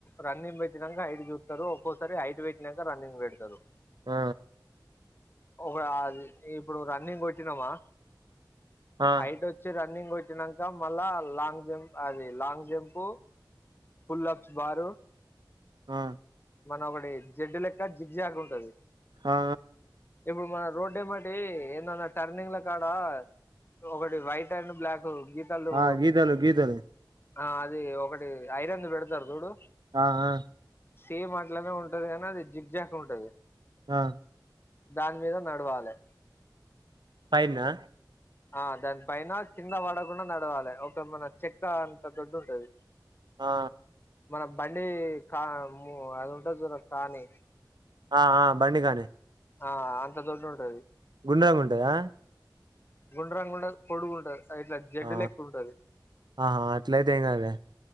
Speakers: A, on the left; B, on the right.
A: రన్నింగ్ పెట్టినాక హైట్ చూపుతారు ఒక్కోసారి హైట్ పెట్టినాక రన్నింగ్ పెడతారు
B: ఆ
A: ఒక ఇప్పుడు రన్నింగ్ కొట్టినామా
B: ఆ
A: హైట్ వచ్చి రన్ని రన్నింగ్ కొట్టినాక మళ్ళా లాంగ్ జంప్ అది లాంగ్ జంప్ <unintelligible> బారు
B: ఆ
A: మనం ఒకటి జడ్డు లెక్క జిగ జాగ ఉంటది
B: ఆ
A: ఇప్పుడు మన రోడ్డు ఏమిటి ఏందన్నా టర్నింగ్ కాడా ఒకటి వైట్ అండ్ బ్లాక్ నా గీతలు
B: ఆ గీతలు గీతలు
A: ఆ అది ఒకటి ఐరంది పెడతారు చూడు
B: ఆఆ
A: సేమ్ అట్లనే ఉంటది కానీ అది జిగ జాక్ ఉంటది
B: ఆ
A: దాని మీద నడవాలి
B: పైన్నా
A: ఆ దాని పైన కింద పడకుండా నడవాలి ఒక మన చెక్క అంత దొడ్డు ఉంటది
B: ఆ
A: మన బండి కా అది ఉంటుది చ కానీ
B: ఆ ఆ బండిగానే
A: ఆ అంత దోడ్డు ఉంటది
B: గుండగా ఉంటాయా
A: గుండరాండ పొడుగుంట ఇట్లా జడ్
B: ఆ
A: ఎక్కుంటది
B: ఆహా అట్లయితే ఏం కాదులే